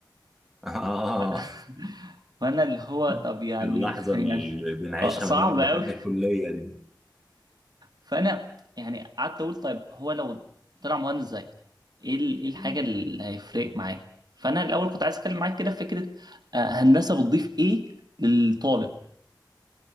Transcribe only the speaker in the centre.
اه
<laughs>
اللحظه
اللي بنعيشها
من يوم ما
دخلنا الكليه دي
مم.